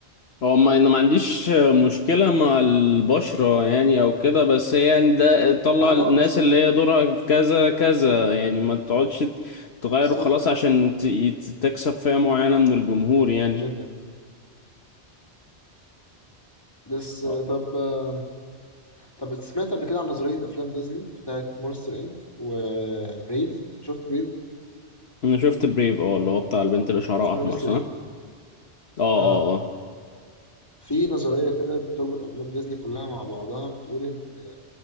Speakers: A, on the left; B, on the left.
A: هو ما انا ما عنديش مشكلة مع البشرة يعني او كده بس هي يعني ده طلع
B: اه
A: الناس
B: اه بس
A: اللي هي دورها في كذا كذا يعني ما تقعدش ت- تغير
B: بالظبط
A: وخلاص عشان ت- يت- تكسب فئة معينة من الجمهور يعني
B: اجنده بس آه،
A: آه.
B: طب آه، طب سمعت قبل كده عن نظريه افلام ديزني بتاعت مونستر انك وبريف شفت بريف
A: انا شفت بريف اه اللي هو بتاع البنت اللي شعرها
B: شفت
A: احمر
B: مونستر
A: صح؟
B: انك
A: اه اه اه
B: اه في نظريه كده بتربط افلام ديزني كلها مع بعضها بتقول ان